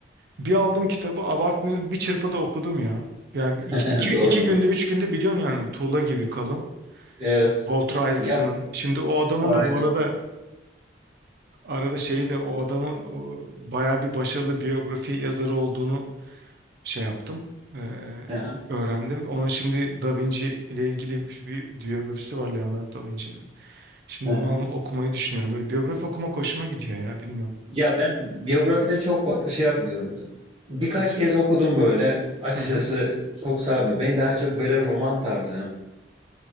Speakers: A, on the right; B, on the right.
A: Bir aldım kitabı abartmıyorum bir çırpıda okudum ya. Yani iki,
B: <laughs>
A: iki,
B: Doğrudur.
A: iki günde üç günde biliyorsun yani tuğla gibi kalın.
B: Evet.
A: Walter Isaacson'ın.
B: Ya
A: Şimdi o adamın
B: aynen.
A: da bu arada arada şeyi de o adamın o, bayağı bir başarılı biyografi yazarı olduğunu şey yaptım. Ee,
B: Hı hı,
A: öğrendim. Onun şimdi Da Vinci ile ilgili bir biyografisi var Leonardo Da Vinci'nin. Şimdi
B: hı hı.
A: onu alma, okumayı düşünüyorum. Böyle biyografi okumak hoşuma gidiyor ya bilmiyorum.
B: Ya ben biyografiden çok farklı şey yapmıyorum. Birkaç kez okudum böyle. Açıkçası
A: Hı hı.
B: çok sarmıyor. Beni daha çok böyle roman tarzı